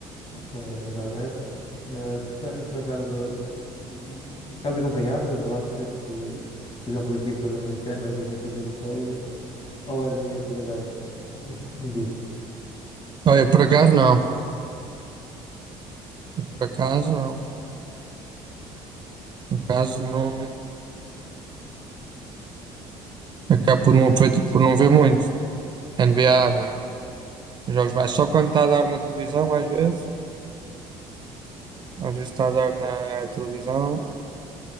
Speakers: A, on the left (about 55°); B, on the right (about 40°).
A: ou na internet? Eh, tu tem- por acaso, por acaso acompanhavas basquete, eh, por exemplo, equipas americanas ou equipas europeias? Ou eras meio desligado disso?
B: Olha, por acaso não. Por acaso não. Por acaso não. Acabo por não, aproveitar- por não ver muito. NBA, nem jogos mais. Só quando está a dar na televisão, às vezes. Às vezes está a dar na televisão